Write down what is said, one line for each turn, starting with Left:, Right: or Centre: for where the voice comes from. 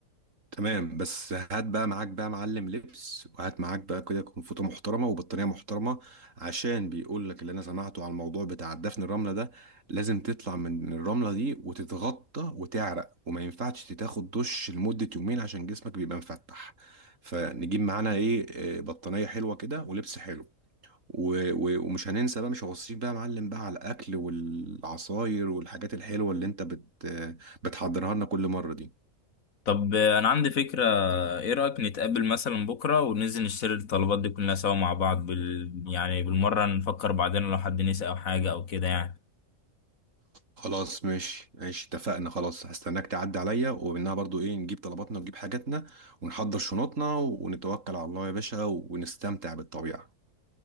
Right: تمام بس هات بقى معاك بقى معلم لبس وهات معاك بقى كده كنفوطة محترمة وبطانية محترمة عشان بيقول لك اللي انا سمعته على الموضوع بتاع دفن الرملة ده لازم تطلع من الرملة دي وتتغطى وتعرق وما ينفعش تاخد دش لمدة يومين عشان جسمك بيبقى مفتح فنجيب معانا ايه آه، بطانية حلوة كده ولبس حلو و- و- ومش هننسى بقى مش هوصيك بقى يا معلم بقى على الاكل والعصاير والحاجات الحلوة اللي انت بت آه، بتحضرها لنا كل مرة دي
Left: طب آه، انا عندي فكرة ايه رأيك نتقابل مثلا بكرة وننزل نشتري الطلبات دي كلها سوا مع بعض بال... يعني بالمرة نفكر بعدين لو حد نسي او حاجة او كده يعني
Right: خلاص ماشي ماشي اتفقنا خلاص هستناك تعدي عليا ومنها برضو ايه نجيب طلباتنا ونجيب حاجاتنا ونحضر شنطنا ونتوكل على الله يا باشا ونستمتع بالطبيعة